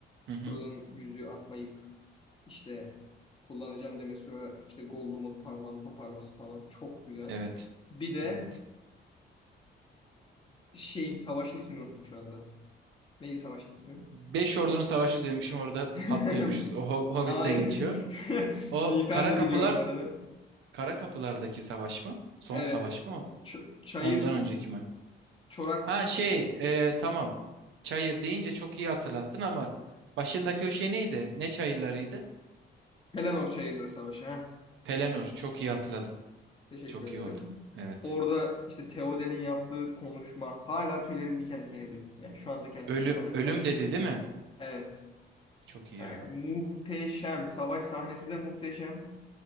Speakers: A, on the right; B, on the left.
A: Hı hı.
B: Frodo'nun yüzüğü atmayıp işte kullanacağım demesi sonra işte Gollum'un parmağını koparması falan çok güzel.
A: Evet.
B: Bir de
A: Evet.
B: şeyin savaşın ismini unuttum şu anda. Neydi savaşın ismi?
A: Beş ordunun savaşı diyormuşum orada
B: <laughs>
A: patlıyormuşuz. O Ho- Hobbit'te
B: Aynen.
A: geçiyor.
B: <laughs>
A: O
B: Miğfer
A: Kara
B: dibi
A: Kapılar
B: diyorum ben dedim.
A: Kara Kapılar'daki savaş mı? Son
B: Evet.
A: savaş mı? o?
B: Ç- çayır
A: Ondan önceki mi?
B: Çorak
A: Ha şey e, tamam. Çayır deyince çok iyi hatırlattın ama başındaki o şey neydi? Ne çayırlarıydı?
B: Pelennor Çayırları Savaşı. Heh,
A: Pelennor. Çok iyi hatırladın.
B: teşekkür
A: Çok
B: ederim.
A: iyi oldu. Evet.
B: Orada işte Theoden'in yaptığı konuşma hala tüylerim diken diken ediyor. Yani şu anda kendi
A: Ölüm,
B: YouTube'dan açsam.
A: ölüm dedi değil mi?
B: Evet.
A: Çok iyi
B: Yani
A: ya.
B: muhteşem. Savaş sahnesi de muhteşem.